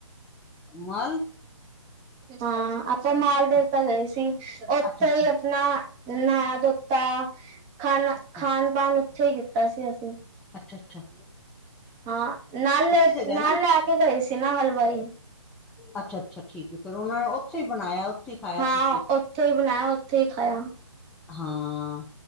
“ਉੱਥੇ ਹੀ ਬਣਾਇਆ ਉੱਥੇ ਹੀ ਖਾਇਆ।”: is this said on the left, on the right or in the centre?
Right